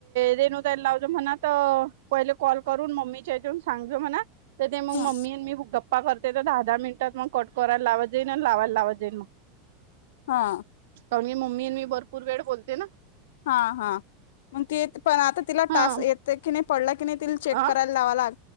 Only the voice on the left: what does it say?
ह
हा
हा हा मग ती पण आता तिला
टास येत की नाही पडला की नाही ति चेक
करायला लाग